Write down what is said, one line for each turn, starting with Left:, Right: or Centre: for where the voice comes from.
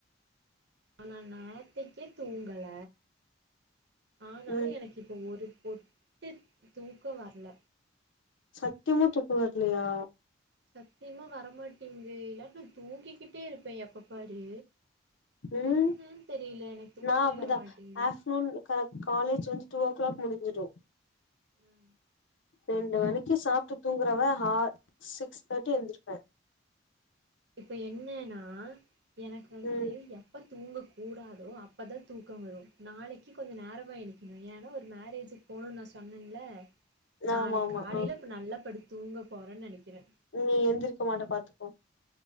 Right: ஆனா நாத்தக்கே தூங்கல ஆனாலு
Left: ம்
Right: எனக் இப்போ ஒரு பொட்டு தூக்கோ வரல
Left: சத்தியமா தூக்கோ வரலயா
Right: சத்தியமா வரமாட்டேங்குதே இல்லாட்னா தூங்கிக்கிட்டே இருப்பே எப்ப பாரு
Left: ம்
Right: என்னன்னு தெரியல எனக்கு தூக்கமே
Left: நா அப்படிதா
Right: வரமாட்டேங்குது
Left: ஆஃப்நூன் கர காலேஜ் வந்து டூ ஓ கிளாக் முடிஞ்சிடு
Right: ம்
Left: ரெண்டு மணிக்கு சாப்ட்டு தூங்குறவ ஹா சிக்ஸ் தேர்ட்டி எந்திருப்பே
Right: இப்ப என்னன்னா எனக்கு வந்து
Left: ம்
Right: எப்போ தூங்கக்கூடாதோ அப்போ தா தூக்க வரு நாளைக்கு கொஞ்ச நேரமா எடுக்கணு ஏன்னா ஒரு மேரேஜுக்கு போணு நா சொன்னேன்ல நாளக்
Left: ஆமா ஆமா
Right: காலையில
Left: ஆ
Right: இப்ப நல்லா படுது தூங்க போறேன்னு நெனைக்கிறே
Left: நீ எந்திருக்க மாட்ட பாத்துக்கோ